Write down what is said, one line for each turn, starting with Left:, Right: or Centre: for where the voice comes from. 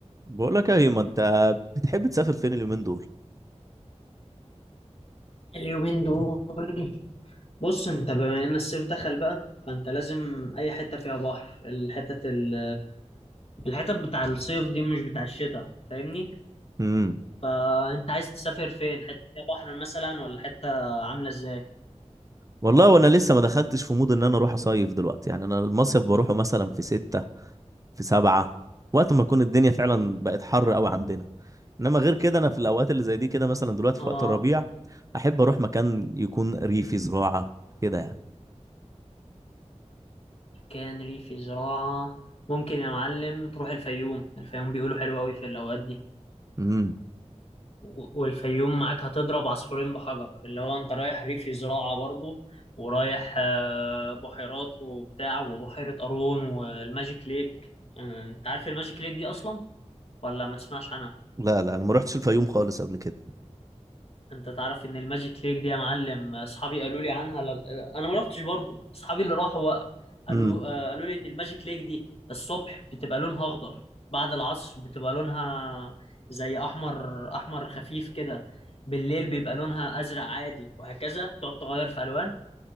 Right: بقول لك يا هيما انت بتحب تسافر فين اليومين دول
Left: اليومين دول بص انت بما ان الصيف دخل بقى فانت لازم اي حته فيها بحر الحتت ال... الحتت بتاع الصيف دي مش بتاع الشتاء فاهمني
Right: امم
Left: فانت عايز تسافر فين حته فيها بحر مثلا ولا حته عامله ازاي
Right: والله وانا لسه ما دخلتش في مود ان انا اروح اصيف دلوقتي يعني انا المصيف بروحه مثلا في ستة في سبعة وقت ما تكون الدنيا فعلا بقت حر قوي عندنا انما غير كده انا في الاوقات اللي زي دي كده مثلا دلوقتي
Left: اه
Right: في وقت الربيع احب اروح مكان يكون ريفي زراعة كده يعني
Left: كان ريفي زراعه ممكن يا معلم تروح الفيوم الفيوم بيقولوا حلو قوي في الاوقات دي
Right: امم
Left: و- والفيوم معاك هتضرب عصفورين بحجر اللي هو انت رايح ريف زراعة برضو ورايح آه، بحيرات وبتاع وبحيرة قارون والماجيك ليك آه، انت عارف الماجيك ليك دي اصلا ولا ما تسمعش عنها
Right: لا لا انا ما رحتش الفيوم خالص قبل كده
Left: انت تعرف ان الماجيك ليك دي يا معلم اصحابي قالوا لي عنها ل... انا ما رحتش برضو اصحابي اللي راحوا بقى قالوا
Right: امم
Left: آه، قالوا لي ان الماجيك ليك دي الصبح بتبقى لونها اخضر بعد العصر بتبقى لونها زي احمر احمر خفيف كده بالليل بيبقى لونها ازرق عادي وهكذا تقعد تغير في الوان